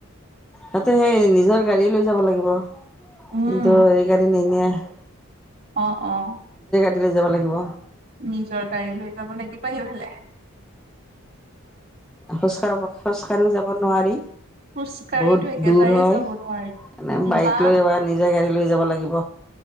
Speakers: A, in the centre; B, on the right.
A: তাতে সেই নিজৰ গাড়ী লৈ যাব লাগিব কিন্তু
B: উম
A: এই গাড়ী নিনিয়াই। <inaudible>
B: অ', - অ',
A: হেই ফালে যাব লাগিব
B: নিজৰ গাড়ী লৈ যাব লাগিব সিফালে।
A: খোজ কাঢ়- খোজ কঢ়ি যাব নোৱাৰি
B: খোজ কাঢ়িতো
A: বহুত
B: একেবাৰেই
A: দূৰ হয়
B: যাব নোৱাৰি
A: এনে
B: ইমান
A: বাইক লৈ এবাৰ নিজে গাড়ী লৈ যাব লাগিব।